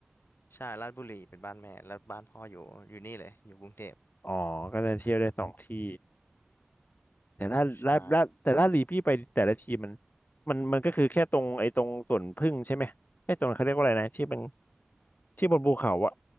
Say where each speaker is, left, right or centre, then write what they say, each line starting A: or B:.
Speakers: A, on the left; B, on the left.
A: ใช่ลาดบุรีเป็นบ้านแม่แล้วบ้านพ่ออยู่อยู่นี่เลยอยู่กรุงเทพ
B: อ๋อก็จะเที่ยวได้สองที่แต่ราชราชราชแต่ราชบุรีพี่ไปแต่ละทีมัน
A: ใช่
B: มันมันก็คือแค่ตรงไอ้ตรงสวนผึ้งใช่ไหมไอ้ตรงเขาเรียกว่าอะไรนะที่เป็นที่บนภูเขาอะ